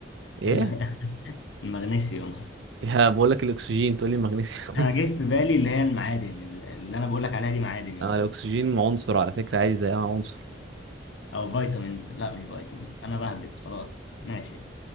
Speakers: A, on the right (about 80°); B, on the left (about 85°).
A: إيه؟
B: <laughs> المغنيسيوم
A: يا بقول لك الأكسجين تقول لي المغنيسيوم <laughs>
B: انا جه في بالي اللي هي المعادن اللي انا بقول لك عليها دي معادن يعتبر
A: آه، الأكسجين عنصر على فكرة عادي زي أي عنصر
B: او فيتامينز لا مش فيتامين انا بهبد خلاص ماشي